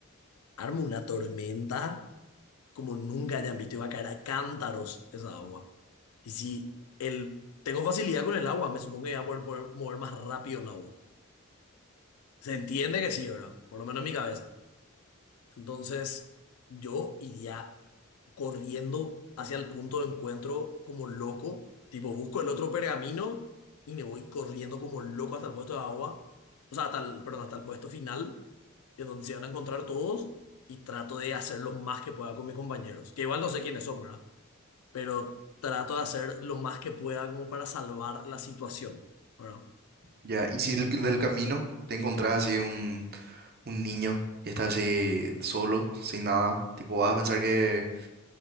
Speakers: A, on the left; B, on the right.
A: armo una tormenta como nunca hayan visto, iba a caer a cántaros esa agua. Y si el, tengo facilidad con el agua, me supongo que iba a poder, poder mover más rápido en agua. Se entiende que sí, ¿verdad? Por lo menos en mi cabeza. Entonces, yo iría corriendo hacia el punto de encuentro como loco. Tipo, busco el otro pergamino y me voy corriendo como loco hasta el puesto de agua. O sea, hasta el, perdón, hasta el puesto final, que es donde se van a encontrar todos. Y trato de hacer lo más que pueda con mis compañeros. Que igual no sé quiénes son, ¿verdad? Pero trato de hacer lo más que pueda como para salvar la situación. ¿verdad?
B: Ya, y si del, del camino te encontrás así un, un niño que está así solo, sin nada, tipo vas a pensar que